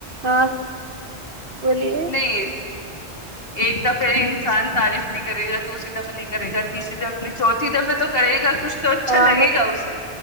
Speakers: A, on the right; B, on the left.
A: ہاں بولیے
B: نہیں ایک دفعہ انسان تعریف نہیں کرے گا دوسری دفعہ نہیں کرے گا تیسری دفعہ نہیں چوتھی دفعہ تو کرے گا کچھ تو اچھا
A: ہاں
B: لگے
A: وہ
B: گا
A: تو
B: اسے